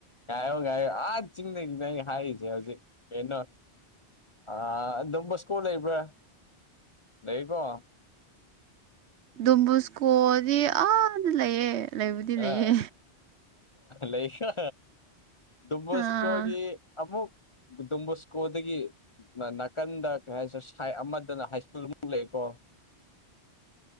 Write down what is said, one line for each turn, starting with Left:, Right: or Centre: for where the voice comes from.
Left: ꯉꯥꯏꯌꯣ ꯥꯉꯥꯏꯌꯣ ꯑꯥ ꯆꯤꯡꯗꯒꯤ ꯅꯪ ꯍꯥꯏꯔꯤꯁꯦ ꯍꯧꯖꯤꯛ ꯀꯩꯅꯣ ꯑꯥ ꯗꯝꯕꯀꯣ ꯂꯩꯕ꯭ꯔꯥ ꯂꯩꯀꯣ
Right: ꯗꯨꯣꯝꯕꯨꯁꯀꯣꯗꯤ ꯑꯥ ꯂꯩꯌꯦ ꯂꯩꯕꯗꯤ ꯂꯩꯌꯦ
Left: ꯑꯥ ꯂꯩꯀꯣ ꯗꯨꯝꯕꯁꯒꯤ
Right: ꯑꯥ
Left: ꯑꯃꯨꯛ ꯗꯣꯝꯕꯣꯁꯀꯣꯗꯥꯒꯤ ꯅꯥꯀꯟꯗ ꯀꯩ ꯍꯥꯏꯁꯦ ꯁꯤꯠ ꯑꯃꯗꯅ ꯍꯥꯏ ꯁ꯭ꯀꯨꯜꯃꯨꯛ ꯂꯩꯀꯣ